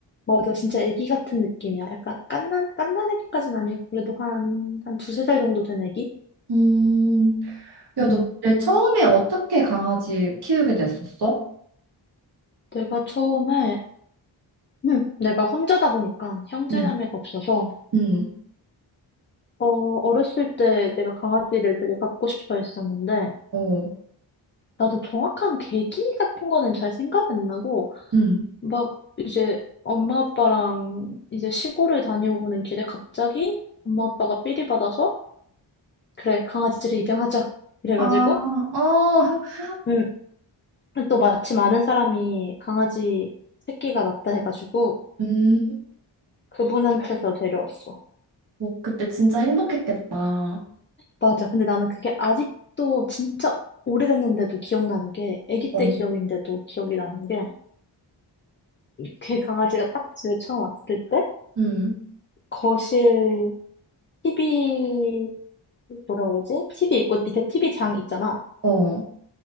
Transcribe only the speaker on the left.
맞아, 진짜 애기 같은 느낌이야. 약간 깐난, 깐난 애기까지는 아니고, 그래도 한, 한 두세 살 정도 된 애기?
음.
내가 처음에, 음, 내가 혼자다 보니까 형제자매가
없어서
어, 어렸을 때 내가 강아지를 되게 갖고 싶어 했었는데,
나도 정확한 계기 같은 거는 잘 생각 안 나고,
막 이제 엄마 아빠랑 이제 시골을 다녀오는 길에 갑자기 엄마 아빠가 삘이 받아서, 그래, 강아지를 입양하자. 이래가지고,
응. 또 마침 아는 사람이 강아지 새끼가 낳다 해가지고,
그분한테서 데려왔어.
맞아. 근데 나는 그게 아직도 진짜 오래됐는데도 기억나는 게, 아기
때 기억인데도 기억이 나는 게, 그 강아지가 딱 집에 처음 왔을 때
거실 TV 뭐라 그러지? TV 있고 밑에 TV 장 있잖아.